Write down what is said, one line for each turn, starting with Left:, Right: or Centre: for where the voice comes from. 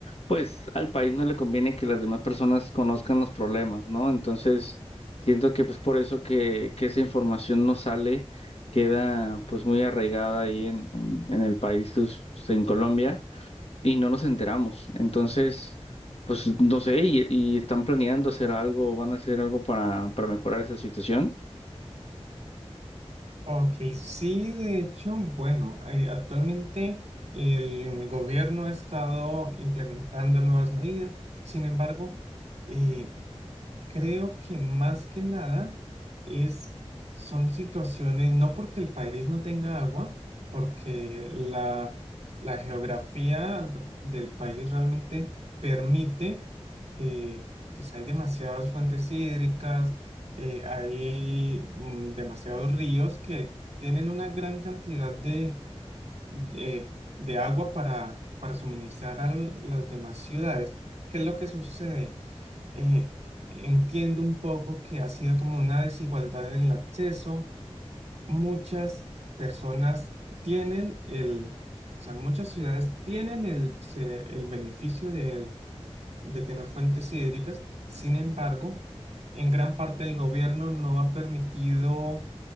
Left: pues al país no le conviene que las demás personas conozcan los problemas, ¿no? Entonces, siento que pues por eso que, que esa información no sale, queda pues muy arraigada ahí en, en, en el país, pues, en Colombia, y no nos enteramos. Entonces, pues no sé, y, y están planeando hacer algo, van a hacer algo para, para mejorar esa situación.
Right: Ok, sí, de hecho, bueno, eh, actualmente el gobierno ha estado implementando nuevas medidas, sin embargo, eh, Creo que más que nada es, son situaciones, no porque el país no tenga agua, porque la, la geografía del país realmente permite, eh, pues hay demasiadas fuentes hídricas, eh, hay mm, demasiados ríos que tienen una gran cantidad de, de, de agua para, para suministrar a las demás ciudades. ¿Qué es lo que sucede? eh, entiendo un poco que ha sido como una desigualdad en el acceso. Muchas personas tienen el, o sea, muchas ciudades tienen el, se- el beneficio de, de tener fuentes hídricas. Sin embargo, en gran parte el gobierno no ha permitido